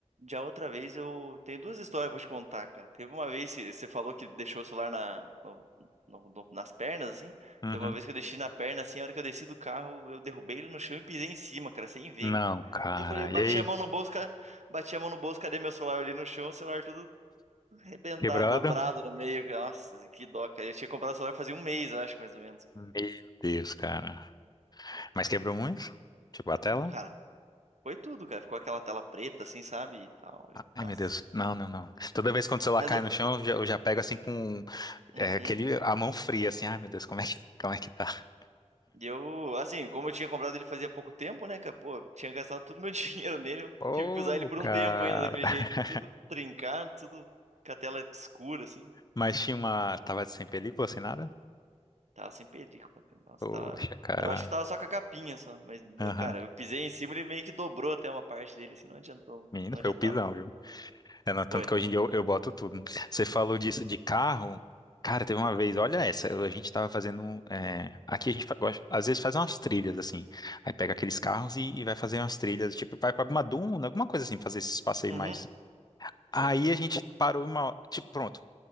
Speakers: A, on the right; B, on the left.
A: já outra vez eu tenho duas histórias pra te contar, cara. Teve uma vez que você falou que deixou o celular na, no- no- no- nas pernas, assim.
B: Uhum.
A: Teve uma vez que eu deixei na perna, assim, a hora que eu desci do carro, eu derrubei ele no chão e pisei em cima, cara, sem ver,
B: Não,
A: cara.
B: cara.
A: Daí Eu falei, bati
B: E aí?
A: a mão no bolso, cara, bati a mão no bolso, cadê meu celular ali no chão? O celular tudo arrebentado,
B: Quebrado?
A: dobrado no meio, cara. Nossa, que dó, cara. Eu tinha comprado o celular fazia um mês, eu acho, mais ou menos.
B: Meu Deus, cara. Mas quebrou muito? Tipo, a tela?
A: Cara, foi tudo, cara. Ficou aquela tela preta, assim, sabe? E tal. e-
B: Ai,
A: nossa.
B: meu Deus. Não, não, não. Toda vez quando o celular
A: Mas,
B: cai
A: eu-
B: no chão, eu já, eu já pego assim com
A: uhum.
B: é, aquele, a mão fria, assim. Ai, meu Deus, como é que, como é que tá?
A: E eu, assim, como eu tinha comprado ele fazia pouco tempo, né, cara? Pô, tinha gastado todo o meu <laughs> dinheiro nele, eu
B: Ô,
A: tive que usar ele por
B: cara.
A: um tempo ainda daquele
B: <laughs>
A: jeito, tudo trincado, tudo com a tela escura, assim.
B: Mas tinha uma. Tava sem película, sem nada?
A: Tava sem película, cara. Nossa,
B: Poxa,
A: tava.
B: cara.
A: Eu acho que tava só com a capinha só, mas,
B: Aham.
A: cara, eu pisei em cima e ele meio que dobrou até uma parte dele, assim, não adiantou,
B: Menino,
A: não
B: foi
A: adiantava
B: o pisão,
A: muito.
B: viu? É, não, tanto
A: Foi.
B: que hoje em dia eu, eu boto tudo. Você falou disso de carro. Cara, teve uma vez, olha essa, eu- a gente tava fazendo. é, aqui a gente fa- gosta- às vezes faz umas trilhas assim. Aí pega aqueles carros e, e vai fazer umas trilhas, tipo, vai pra alguma duna, alguma coisa assim, fazer esses passeios
A: Uhum,
B: mais. Aí
A: sei.
B: a gente parou uma. ho- Tipo, pronto,